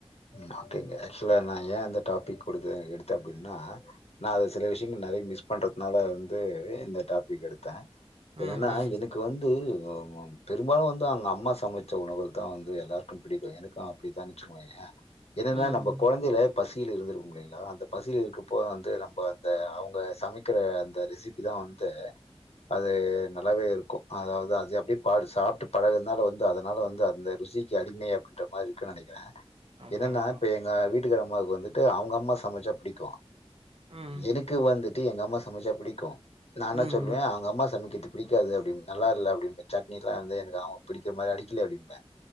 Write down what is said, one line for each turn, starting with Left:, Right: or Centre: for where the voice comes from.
Left: ம் ஓகேங்க ஆக்சுவலா நா ஏ இந்த டாபிக் குடுத்தே எடுத்தே அப்டின்னா நா அது சில விஷயங்கள் நெறைய மிஸ் பண்றதுனால வந்து இந்த டாபிக் எடுத்தே
Right: ம்,
Left: என்னன்னா
Right: ம்,
Left: எனக்கு வந்து பெரும்பாலு வந்து அவங்க அம்மா சமைச்ச உணவு தா வந்து எல்லாருக்கு பிடிக்கு எனக்கு அப்டித்தா வெச்சுகோயே என்னன்னா
Right: ம்,
Left: நம்ப
Right: ம்.
Left: கொழந்தைல பசியில் இருந்திருக்கு இல்லீங்கலா அந்த பசியில இருக்கப்போ வந்து நம்ப வந்து அவங்க சமைக்கற அந்த ரெசிபி இதா வந்து அது நல்லாவே இருக்கு அதாவது அது அப்டியே <unintelligible> சாப்ட்டு பழகுதுனால வந்து அதனால வந்து அந்த ருசி அடிமை அப்பின்ற மாரி இருக்கு நெனைக்கிறே
Right: ஆமா,
Left: என்னன்னா
Right: ஆமா.
Left: இப்ப எங்க வீட்டுக்கார அம்மாவுக்கு வந்துட்டு அவங்க அம்மா சமைச்சா புடிக்கு
Right: ம்,
Left: எனக்கு வந்துட்டு எங்க அம்மா சமைச்சா புடிக்கு நா என்னா
Right: ம்,
Left: சொல்வே
Right: ம்,
Left: அவங்க அம்மா சமைக்கிறது பிடிக்காது அப்டின் நல்லா இல்ல அப்டிப்பே சட்னி எல்லா வந்து எனக்கு அவங்க பிடிகிற மாரி அரைக்கல அப்டிம்பே